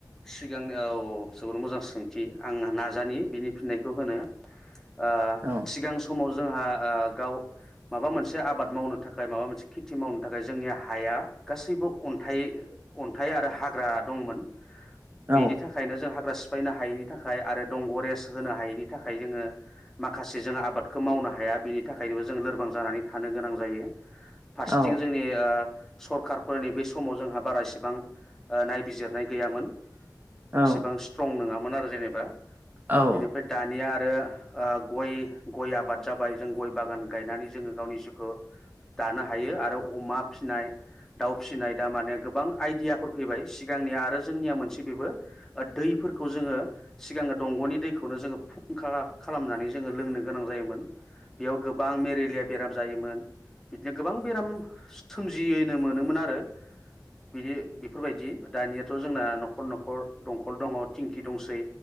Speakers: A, in the centre; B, on the right.
A: सिगांनो औ औ औ जोबोर मोजां सोंथि आंना । नाजानि बिनि फिननायखौ होनो। ओ
B: औ
A: सिगां समाव जोंहा ओ गाव माबा मोनसे आबाद मावनो थाखाय माबा मोनसे खेथि मावनो थाखाय जोंनि हाया गासैबो अन्थाइ अन्थाइ आरो हा ग्रा दंमोन।
B: औ
A: बेनि थाखायनो जोंहा हाग्रा सिफायनो हायैनि थाखाय आरो दंग रेस्ट होनो हायिनि थाखाय जोङो माखासे जोङो आबादखौ मावनो हाया बिनि थाखायनोबो जों लोरबां जानानै थानो गोनां जायो। फारसेथिं
B: औ
A: जोंनि ओ सरखारफोरनि बे समाव जोंहा बारा इसेबां नायबिजिरनाय गैयामोन।
B: औ
A: एसेबां स्ट्रं नङा मोन आरो जेनेबा
B: औ
A: बेनिफ्राय दानिया बे ओ गय गय आबाद जाबाय जों गय बागान गायनानै जोङो गावनि जिउखौ दानो हायो आरो अमा फिनाय दाउ फिसिनाय दा माने गोबां आइदियाफोर फैबाय सिगांनिया आरो जोंनिया मोनसे बेबो दैफोरखौ जोङो सिगां दंगनि दैखौनो जोङो फु फुंखा खालामनानै जोङो लोंनो गोनां जायोमोन बेयाव गोबां मेरेलिया बेराम जायोमोन बिदिनो गोबां बेराम सोमजियोनो मोनोमोन आरो बिदि बेफोरबायदि दानियाथ जोंना नखर नखर दंखल दङ थिंखि दंसै।